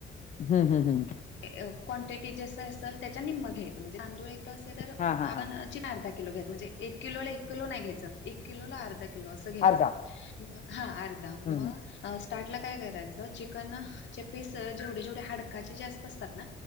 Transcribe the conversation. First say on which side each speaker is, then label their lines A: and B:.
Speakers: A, on the left; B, on the left.
A: हम्म हम्म हम्म
B: ए क्वांटिटी जस असेल त्याच्या निम्म घ्यायचं म्हणजे तांदूळ एक असेल तर
A: हा हा
B: आपण
A: हा हा
B: चि आर्धा घ्या किलो घायचा म्हणजे एक किलो एक किलो नाय घ्यायचा एक किलोला आर्धा किलो अस घेयच
A: अर्धा
B: म हा अर्धा म
A: हम्म हम्म
B: अ स्टार्ट ला काय करायचं चिकन न ते पीस जेवढे जेवढे हडकाचे जास्त असतात ना